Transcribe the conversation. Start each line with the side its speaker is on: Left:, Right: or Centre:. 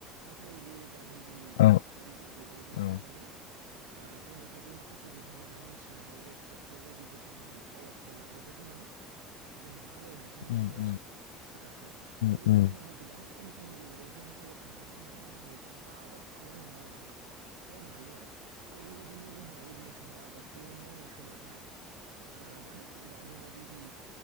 Right: नाथाय बे दानि जि गोनोखोआरि
Left: औ
Right: जुग बेवहाय जोंहा
Left: औ
Right: माने ओ गोनो- खोजों माखासे दिहुनजानाय मेसिनारि जाय ट्रेक्टर बायदिफोरजों माने पावार ट्रलार बेफोरजों माने हालेवनायखौ नुसै
Left: उम उम
Right: आरो फोथारखौ दा बैफोराव
Left: उम ओं
Right: माने गोबां खम समनि गेजेरावनो जोङो हालेवखांनानै ने माने मैगं बा आबादखौ जों मावनानै मावनो हायो आरो आरो बेबायदिनो जोंहा गोदोनि समाव आबाद खौ मावनाय समावहाय ओ मा होनो दानि बायदि जि